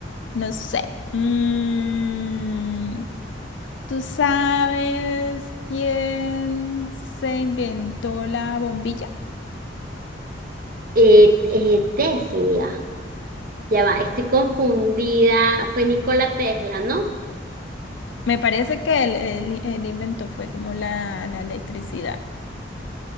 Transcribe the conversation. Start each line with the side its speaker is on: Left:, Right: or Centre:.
Left: No sé. Mm, ¿tú sabes quién se inventó la bombilla?
Right: Eh, eh, Tesla, ya va, estoy confundida. Fue Nikola Tesla, ¿no?
Left: Me parece que el, el- el invento fue como la, la electricidad.